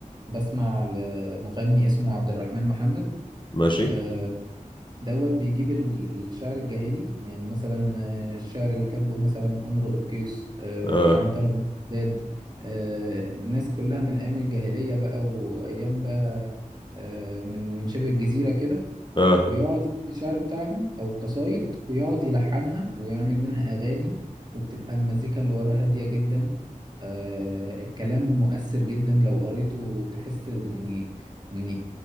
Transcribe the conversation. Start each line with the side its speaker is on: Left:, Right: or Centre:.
Right: بسمع لمغني اسمه عبد الرحمن محمد
Left: ماشي
Right: آه، دوت بيجيب ال- الشعر الجاهلي يعني مثلا آه، الشعر اللي كاتبه مثلا أمرؤ القيس آه،
Left: اه
Right: عنترة بن شداد آه، الناس كلها من أيام الجاهلية بقى وأيام بقى آه، من من شبه الجزيرة كده
Left: اه
Right: ويقعد يجيب الشعر بتاعهم أو القصايد ويقعد يلحنها ويعمل منها أغاني وبتبقى المزيكا اللي وراها هادية جدا آه الكلام مؤثر جدا لو قريته تحس إن إن